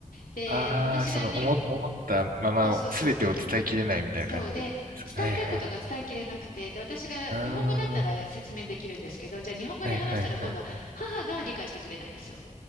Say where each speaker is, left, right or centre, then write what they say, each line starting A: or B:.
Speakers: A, on the left; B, on the right.
A: で、
B: ああ、
A: 私がに、
B: その、思、思ったまま、
A: そうそうそ
B: すべてを伝えきれないみたいな感じですか。
A: う。そうで、伝えたいことが伝えきれなくて、
B: はいはい。
A: で、私が日本語だったら説明できるんですけど、
B: ああ、は
A: じゃあ日本語で話したら今度は母が理解してくれないんですよ。
B: いはいはい。